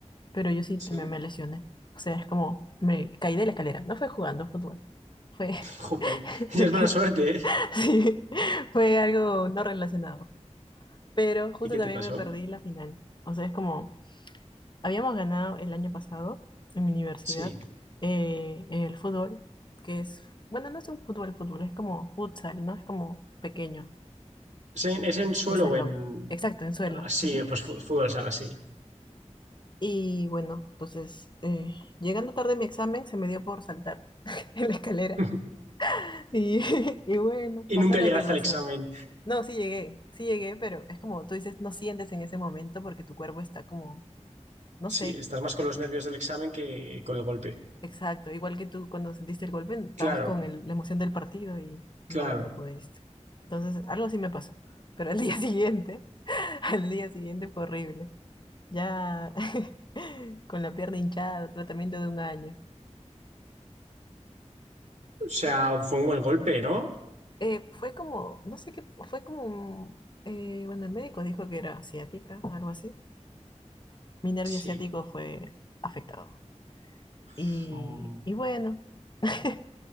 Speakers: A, on the left; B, on the right.
A: pero yo sí
B: Sí.
A: también me lesioné. O sea, es como me caí de la escalera. No fue jugando fútbol, fue,
B: Jope,
A: <laughs>
B: <laughs>
A: me
B: ya es
A: caí.
B: mala suerte, ¿eh?
A: Sí, fue algo no relacionado. Pero justo
B: ¿Y qué
A: también
B: te pasó?
A: me perdí la final. O sea, es como Habíamos ganado el año pasado en mi universidad
B: Sí.
A: eh, el fútbol, que es, bueno, no es un fútbol, fútbol, es como futsal, ¿no? Es como pequeño,
B: ¿Es en, es en suelo
A: de salón.
B: o en...?
A: Exacto, en suelo.
B: Así,
A: ujú.
B: pues fu- fútbol sala, sí.
A: Y bueno, entonces, eh, llegando tarde a mi examen, se me dio por saltar <laughs> en la escalera.
B: <laughs>
A: Y, <laughs> y bueno,
B: Y
A: pasó
B: nunca
A: lo
B: llegaste
A: que pasó.
B: al examen.
A: No, sí llegué, sí llegué, pero es como tú dices, no sientes en ese momento porque tu cuerpo está como, no
B: Sí,
A: sé,
B: estás más con los nervios del examen que con el golpe.
A: Exacto, igual que tú cuando sentiste el golpe, estabas
B: Claro,
A: con el- la emoción del partido y no,
B: claro.
A: no pudiste. Entonces, algo así me pasó. Pero al día <laughs> siguiente, al día siguiente fue horrible. Ya <laughs> con la pierna hinchada, tratamiento de un año.
B: O sea,
A: Fue,
B: fue un buen golpe, ¿no?
A: eh, fue como, no sé qué, fue como, un- eh, bueno, el médico dijo que era ciática, algo así. Mi nervio
B: Sí.
A: ciático fue afectado. Y,
B: fue Un
A: y bueno. <laughs>